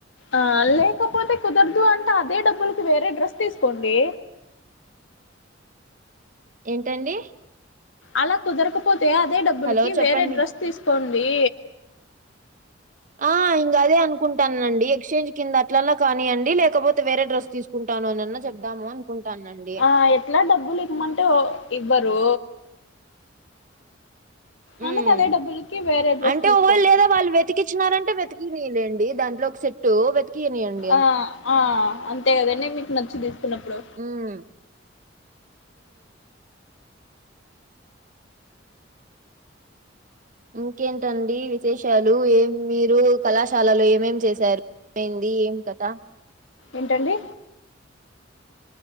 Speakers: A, on the left; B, on the right.
A: ఆ లేకపోతే కుదరదు అంటే అదే డబ్బులకి వేరే డ్రెస్ తీసుకోండి
B: ఏంటండి
A: అల కుదరకపోతే అదే డబ్బులకి
B: హలో చెప్పండి
A: వేరే డ్రెస్ తీసుకోండి
B: ఆ ఇంగా అదే అనుకుంటాన్నా అండి ఎక్చేంజ్ కింద అట్లన్నా కానీయండి లేకపోతే వేరే డ్రస్ తీసుకు కుంటాను అనన్నా చెప్ధాము కుంటాన్నాను
A: ఆ ఎట్లా డబ్బులు ఇమ్మంటే ఇవ్వరు అందుకు
B: ఉమ్
A: అదే డబ్బులకి వేరే డ్రస్
B: అంటే
A: తీసుకోండి
B: ఒకవేళ లేదా వాళ్ళు వెతికిచ్చినారంటే వెతికినీలేండి దాంట్లోకి సెట్టు వెతిక్ కీయనియండి
A: ఆ ఆ అంతే గదండి మీకు నచ్చి తీసుకున్నప్పుడు
B: మ్మ్ ఇంకేంటండి విశేషాలు ఏం మీరు కళాశాలలో ఏమేం చేశారు ఎమైంది ఏం కథ
A: ఏంటండి